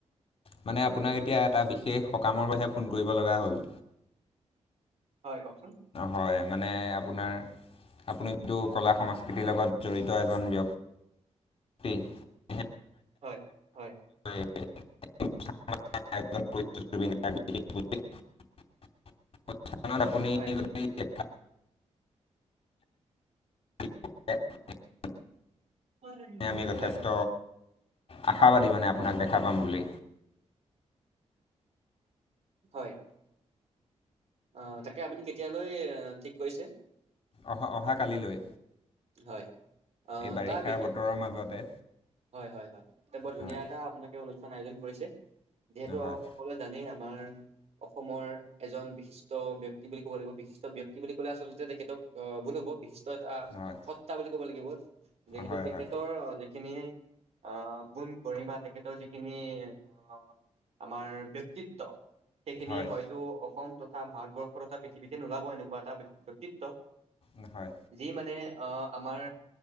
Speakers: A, on the left; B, on the right.
A: মানে আপোনাক এতিয়া এ বিশেষ সকামৰ বাবে ফোন কৰিব লগা হ'ল।
B: হয় কওকচোন।
A: হয় মানে আপোনাৰ আপুনিটো কলা সংস্কৃতিৰ লগত জড়িত এজন ব্যক্তি। পে।
B: হয় হয়
A: <unintelligible> <unintelligible>
B: হয়
A: <unintelligible> <unintelligible>
B: আৰু নিদিম,
A: আমি যথেষ্ট
B: হয়।
A: আশাবাদী মানে আপোনাক দেখা পাম বুলি।
B: হয়', অ', তাকে আপুনি কেতিয়ালৈ অ', ঠিক কৰিছে।
A: অহ', - অহাকালিলৈ
B: হয়',। আহ
A: এই বাৰিষা
B: তাৰ বিশেষ
A: বতৰৰ মাজতে
B: হয়', - হয়', - হয়', তাৰপৰা ধুনীয়া
A: হয়
B: এটা আপোনালোকে অনুষ্ঠান আয়োজন কৰিছে। যিহেতু
A: হয়
B: আৰু সকলোৱে জানেই আমাৰ অসমৰ এজন বিশিষ্ট ব্যক্তি বুলি ক'ব লাগিব বিশিষ্ট ব্যক্তি বুলি ক'লে আচলতে তেখেতক আ ভুল হ'ব বিশিষ্ বিশিষ্ট অ', এটা
A: হয়
B: সত্তা বুলি ক'ব লাগিব যিহেতু
A: হয়
B: তেখেতৰ
A: হয়
B: যিখিনি অ', গুণ গঢ়িমা তেখেতৰ যিখিনি আ', আমাৰ ব্যক্তিত্ব সেইখিনি
A: হয়
B: হয়তো অসম তথা ভাৰতবৰ্ষৰ এটা পৃথিৱীতে নোলাব এনেকুৱা এটা ব্যক্তিত্ব
A: হয় হয়
B: যি মানে আহ', আমাৰ